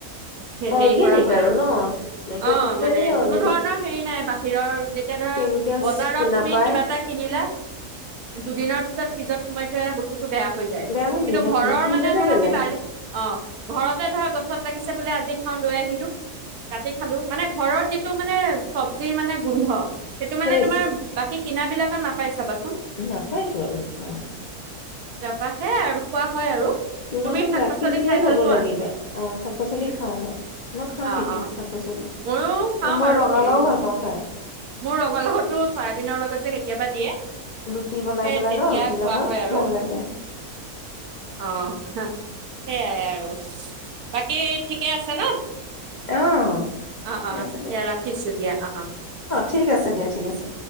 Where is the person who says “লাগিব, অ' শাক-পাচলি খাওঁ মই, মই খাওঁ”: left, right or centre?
Left